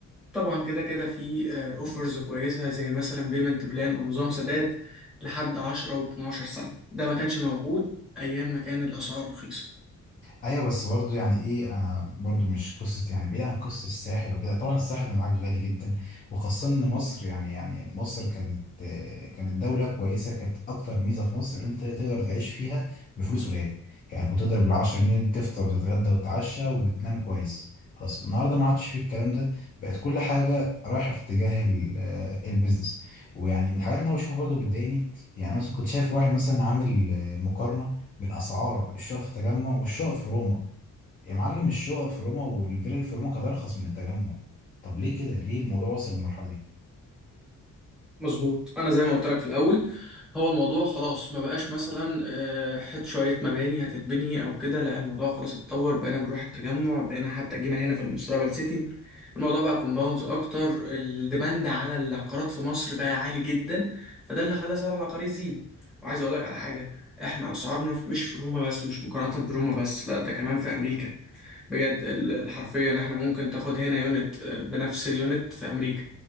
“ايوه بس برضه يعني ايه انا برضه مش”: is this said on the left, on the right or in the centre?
Left